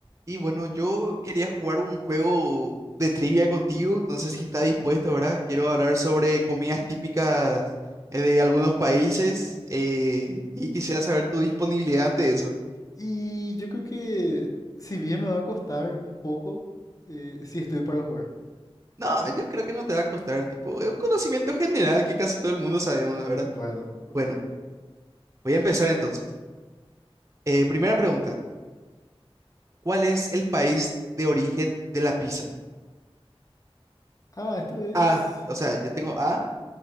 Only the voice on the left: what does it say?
Y yo creo que si bien me va a costar un poco, eh, sí estoy para jugar.
Bueno, ok.
Ah, esto es...